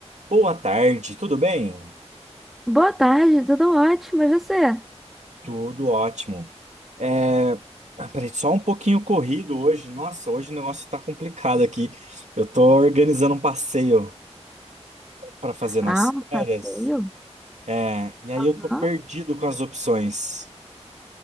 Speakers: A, on the right; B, in the centre.
A: Boa tarde, tudo bem?
B: Boa tarde, tudo ótimo, e você?
A: Tudo ótimo. É... ah, Peraí, só um pouquinho corrido hoje. Nossa, hoje o negócio tá complicado aqui. Eu tô organizando um passeio pra fazer nas
B: Ah, um passeio?
A: férias. É... E aí eu
B: Hã?
A: tô perdido com as opções.